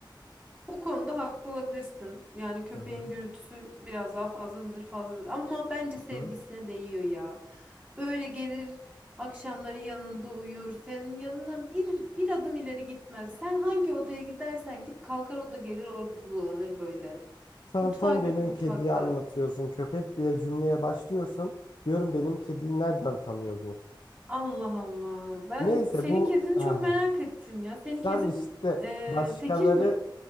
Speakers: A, on the right; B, on the left.
A: O konuda haklı olabilirsin. Yani köpeğin
B: Hı hı.
A: gürültüsü biraz daha fazla mıdır? Fazladır. Ama bence sevgisine
B: Hı.
A: değiyor ya. Böyle gelir akşamları yanında uyur. Senin yanından bir, bir adım ileri gitmez. Sen hangi odaya gidersen git kalkar o da gelir orada dolanır böyle.
B: Sen
A: Mutfağa
B: tam
A: git
B: benim
A: mutfakta.
B: kediyi anlatıyorsun. Köpek diye cümleye başlıyorsun. Diyorum benim kediyi nereden tanıyor bu?
A: Allah Allah. Ben
B: Neyse
A: senin
B: bu
A: kedini
B: ah,
A: çok merak ettim ya. Senin
B: sen
A: kedin
B: işte
A: eee,
B: başkaları
A: tekir mi?